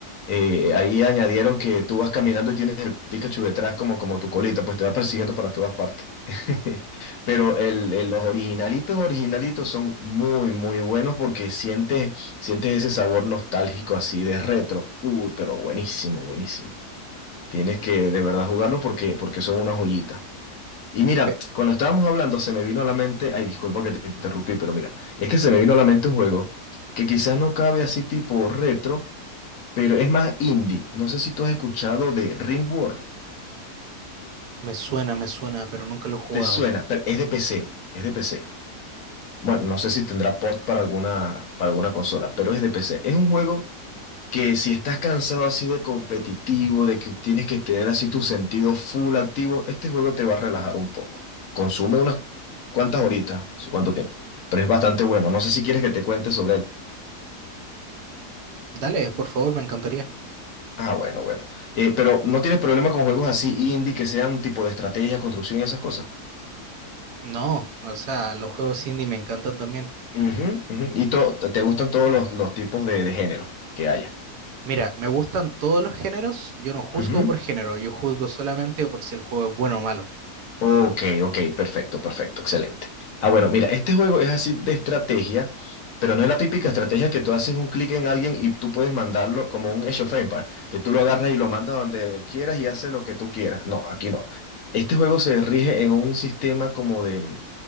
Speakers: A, on the left (about 60°); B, on the right (about 75°).
A: eh, ahí añadieron que tú vas caminando y tienes el Pikachu detrás como, como tu colita, pues te va persiguiendo para todas partes. <laughs> Pero el, el- los originalitos, originalitos son muy, muy buenos porque sientes, sientes ese sabor nostálgico así de retro. Uy, pero buenísimo, buenísimo. Tienes que de verdad jugarlo porque, porque son una joyita. Y mira,
B: Eh,
A: cuando estábamos hablando se me vino a la mente, ay, disculpa que te interrumpí, pero mira, es que se me vino a la mente un juego que quizás no cabe así tipo retro, pero es más indie. No sé si tú has escuchado de Ringworld.
B: me suena, me suena, pero nunca los he jugado.
A: ¿Te suena? Pero es de PC, es de PC. Bueno, no sé si tendrá port para alguna, para alguna consola, pero es de PC. Es un juego que si estás cansado así de competitivo, de que tienes que tener así tu sentido full activo, este juego te va a relajar un poco. Consume unas cuantas horitas, su cuánto tiempo, pero es bastante bueno. No sé si quieres que te cuente sobre él.
B: Dale, por favor, me encantaría.
A: Ah, bueno, bueno. Eh, pero ¿no tienes problema con juegos así indie que sean tipo de estrategia, construcción y esas cosas?
B: No, o sea, los juegos indie me encantan también.
A: Ujú, ujú. Y to- te gustan todos los, los tipos de, de género que haya.
B: Mira, me gustan todos los géneros. Yo no juzgo
A: Ujú.
B: por género, yo juzgo solamente por si el juego es bueno o malo.
A: Ok, ok, perfecto, perfecto, excelente. Ah, bueno, mira, este juego es así de estrategia, pero no es la típica estrategia que tú haces un clic en alguien y tú puedes mandarlo como un Age of Empires, que tú lo agarras y lo mandas donde quieras y hace lo que tú quieras. No, aquí no. Este juego se rige en un sistema como de,